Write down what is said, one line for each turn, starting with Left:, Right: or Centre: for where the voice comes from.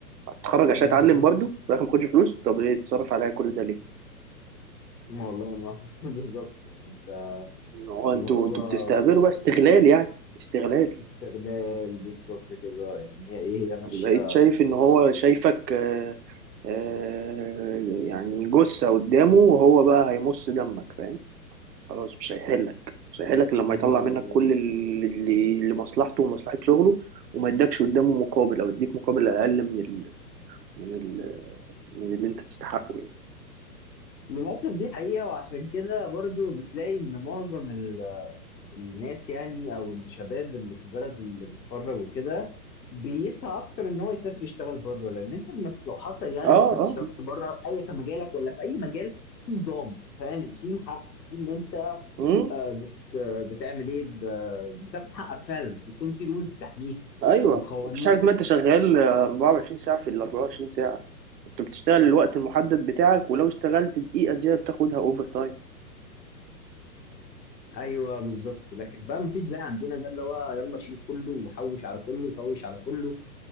Right: هتتخرج
Left: بالظبط
Right: عشان اتعلم برضو في الاخر ما اخدش فلوس طب ليه تصرف عليا كل ده ليه؟
Left: والله ما <laughs> بالظبط يعني انت
Right: ان هو
Left: اللي
Right: انتوا
Left: هو
Right: انتوا بتستهبلوا بقى استغلال يعني استغلال
Left: استغلال بالظبط كده يعني هي ايه هي ماشيه
Right: بقيت شايف ان هو شايفك آه، آه، يعني جثه قدامه وهو بقى هيمص دمك فاهم خلاص مش هيحلك مش هيحلك إلا لما
Left: ما-
Right: يطلع منك كل اللي اللي مصلحته ومصلحة شغله وما يدكش قدامه مقابل او يديك مقابل اقل من ال... من ال... من اللي انت تستحقه يعني
Left: للاسف دي حقيقه وعشان كده برضو بتلاقي ان معظم ال- الناس يعني او الشباب اللي في البلد اللي بيتخرج وكده بيسعى اكتر ان هو يسافر يشتغل بره لان انت لما لو حصل يعني
Right: اه
Left: سافرت
Right: اه
Left: اشتغلت بره اي في مجالك ولا في اي مجال في نظام فاهم في حق في ان انت
Right: امم
Left: آه، بت بتعمل ايه ب- بتاخد حقك فعلا بيكون في رولز تحميك
Right: ايوه
Left: وقوانين
Right: مفيش حاجه اسمها انت شغال 24 ساعه في ال 24 ساعه انت بتشتغل الوقت المحدد بتاعك ولو اشتغلت دقيقه زياده بتاخدها اوفر تايم
Left: ايوه بالظبط لكن بقى مفيش ده عندنا ده اللي هو يلا شيل كله وحوش على كله وكوش على كله